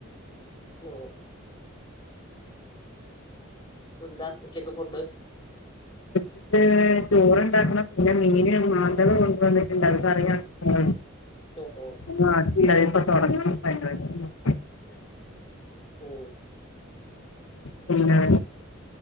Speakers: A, on the left (about 25°); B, on the left (about 80°).
A: മ് എന്താ ഉച്ചയ്ക്ക് ഫുഡ്
B: എന്നിട്ട് ചോറുണ്ടാക്കണം പിന്നെ മീന് മാന്തൾ കൊണ്ടുവന്നിട്ടുണ്ട് അത് കറിയാക്കണം ആ
A: ഉം
B: ഒന്നു ആക്കില്ലാ ഇപ്പൊ തുടങ്ങണം പരുപാടി
A: ഓ
B: പിന്നെ